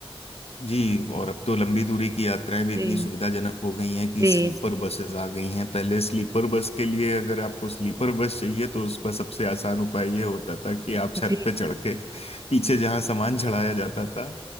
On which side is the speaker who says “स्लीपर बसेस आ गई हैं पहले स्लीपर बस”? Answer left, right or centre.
Left